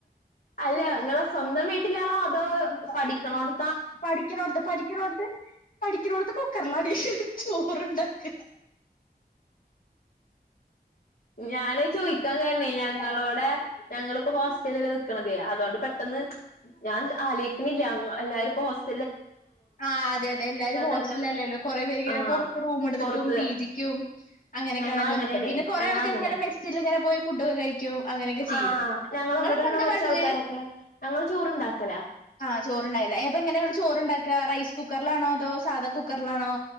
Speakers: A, on the left; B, on the left.
A: അല്ല നിങ്ങളെ സ്വന്തം വീട്ടിലാണോ അതോ പഠിക്കണോട്
B: പഠിക്കുന്നോടത്ത് പഠിക്കണോടത്ത് പഠിക്കണോടത്ത് കുക്കറിലാടി ചോർ ഇണ്ടാക്കല്
A: ഞാന് അത് ചോയ്ക്കാൻ കാര്ണേ ഞങ്ങളോടെ ഞങ്ങളിപ്പോ ഹോസ്റ്റലിലല്ലേ നിക്ക്ണതേ അതോണ്ട് പെട്ടെന്ന് ഞാൻ ആലേയിക്ക്ണില്ല എല്ലാരും ഇപ്പോ ഹോസ്
B: ആഹ് അതെ അതെ എല്ലാരും ഹോസ്റ്റലില്ലല്ലോ
A: കാരണം
B: കൊറെ പേർ
A: ആ
B: പൊറത്ത് റൂം എടുത്തിട്ടും
A: പുറത്ത്
B: പി ജി ക്കും അങ്ങനക്കാണല്ലോ
A: ഞങ്ങളങ്ങനെയാണേ
B: ന്നക്കാ പിന്നെ കൊറെ
A: ഞങ്ങളങ്ങനെ
B: ആൾക്കാരിങ്ങനെ മെസിൽ ങ്ങനെ പോയി ഫുഡക്കെ കഴി ക്കും അങ്ങനെയൊക്കെ ചെയ്യും.
A: ആഹ് ഞങ്ങളെ
B: നിങ്ങളപ്പൊ
A: ഇവിടെള്ള
B: എന്താ
A: കൊറച്ച്
B: കാട്ടല്?
A: ആൾക്കാരൊക്കെ ഞങ്ങള് ചോറുണ്ടാക്കലാ
B: ആഹ് ചോറുണ്ടായില്ല ഏപ്പ ഇങ്ങനെയാ ചോറ് ണ്ടാക്ക റൈസ് കുക്കറിലാണോ അതോ സാധാ കുക്കറിലാണോ?